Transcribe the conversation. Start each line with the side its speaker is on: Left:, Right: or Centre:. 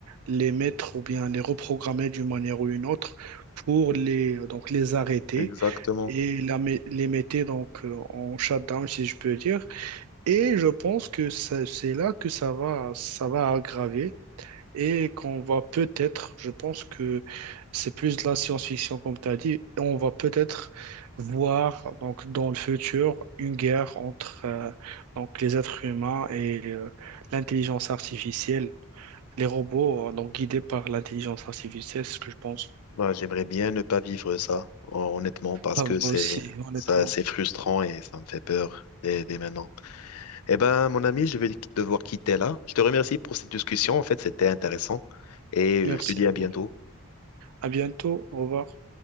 Right: les mettre ou bien les reprogrammer d'une manière ou une autre pour les euh, donc les arrêter
Left: exactement.
Right: et la mé- les mettre donc euh, en shutdown si je peux dire et je pense que ça- c'est là que ça va ça va aggraver et qu'on va peut-être, je pense que c'est plus de la science-fiction comme tu as dit, et on va peut-être voir donc dans le futur une guerre entre euh, donc les êtres humains et euh, l'intelligence artificielle, les robots euh, donc guidés par l'intelligence artificielle, c'est ce que je pense.
Left: Ben, j'aimerais bien ne pas vivre ça, hon- honnêtement, parce
Right: Ah,
Left: que
Right: moi
Left: c'est
Right: aussi, honnêtement.
Left: ça, c'est frustrant et ça me fait peur dès, dès maintenant. Eh ben, mon ami, je vais devoir quitter là. Je te remercie pour cette discussion. En fait, c'était intéressant et
Right: Merci
Left: euh, je te dis
Right: à
Left: à
Right: vous.
Left: bientôt.
Right: À bientôt. Au revoir.